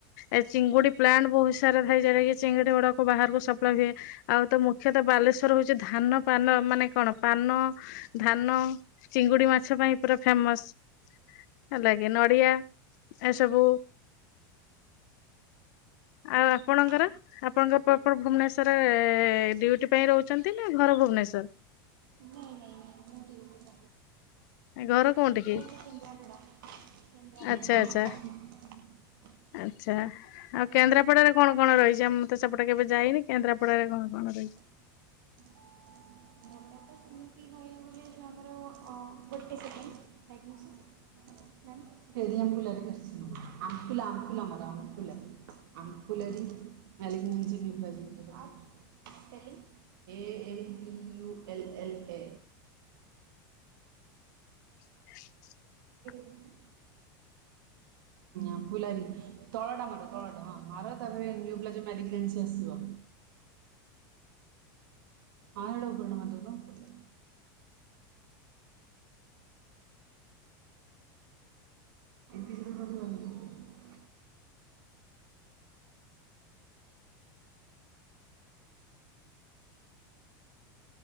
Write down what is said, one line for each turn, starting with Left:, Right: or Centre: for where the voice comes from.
Left: ଏ ଚିଙ୍ଗୁଡି ପ୍ଲାଣ୍ଟ ବହୁତ ସାରା ଥାଏ ଯୋଉଟାକି ଚିଙ୍ଗୁଡି ଗୋଡାକୁ ବାହାରକୁ ସବୁ ଲଗଏ ଆଉ ତ ମୁଖ୍ୟତଃ ବାଲେଶ୍ୱର ହଉଛି ଧାନ ପାନ ମାନେ କଣ ପାନ ଧାନ ଅ ଚିଙ୍ଗୁଡି ମାଛ ପାଇଁ ପୁରା ଫେମସ। ହେଲାଗି ନଡିଆ ଏସବୁ ଆଉ ଆପଣଙ୍କର
Right: ଆଚ୍ଛା
Left: ଆପଣଙ୍କ ପ୍ରପର ଭୁବନେଶ୍ଵର ଏ ଡିଉଟି ପାଇଁ ରହୁଛନ୍ତି ନା ଘର ଭୁବନେଶ୍ୱର।
Right: ନାଇଁ ନାଇଁ ନାଇଁ ମୁଁ ଡିଉଟି ପା
Left: ଘର କୋଉଠ କି?
Right: ସେ କେନ୍ଦ୍ରାପଡ଼ା
Left: ଆଚ୍ଛା
Right: କେନ୍ଦ୍ରାପଡ଼ା କେନ୍ଦ୍ରାପଡ଼ା
Left: ଆଚ୍ଛା।
Right: <unintelligible>
Left: ଆଚ୍ଛା ଆଉ
Right: କେନ୍ଦ୍ରାପଡ଼ା
Left: କେନ୍ଦ୍ରାପଡାରେ କଣ କଣ ରହିଛି ଆ ମୁଁ ତେ ସେପଟେ କେବେ ଯାଇନି କେନ୍ଦ୍ରାପଡାରେ କଣ କଣ ରହିଛି?
Right: <unintelligible> ତ ସେମିତି କହିବାକୁ ଗଲେ ଯେଉଁ ଆମର ଅ ଗୋଟେ <unintelligible> ଟେରିୟମ୍ ଫୁଲାରକାସନ ଆମଫୁଲା ଆମଫୁଲା ଆମର ଆମଫୁଲା ଆମଫୁଲାରି ମାୟ <unintelligible> - A M PU L L ଏ
Left: <unintelligible>
Right: ଏଇଟା ଦେଖି ଆମଫୁଲାରି ତଳଟା ମାର ତଳଟା ହଁ ମାର ତାପରେ ନିୟୁ ପ୍ଲାଜ <unintelligible> ଆସିବ ହଁ ଏଟା ଉପରଟା ମାରିଦଉନ ଉପରଟା। <inaudible>